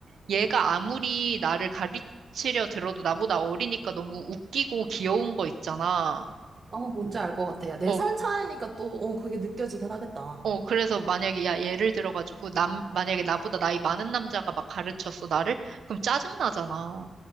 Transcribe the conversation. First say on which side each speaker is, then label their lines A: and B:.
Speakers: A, on the right (about 75°); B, on the right (about 40°).
A: 얘가 아무리 나를 가르치려 들어도 나보다 어리니까 너무 웃기고 귀여운 거 있잖아.
B: 아, 뭔지 알 것 같아. 야, 네
A: 어,
B: 살 차이니까 또, 어, 그게 느껴지긴 하겠다.
A: 어, 그래서 만약에, 야, 예를 들어가지고, 남, 만약에 나보다 나이 많은 남자가 막 가르쳤어, 나를? 그럼 짜증나잖아.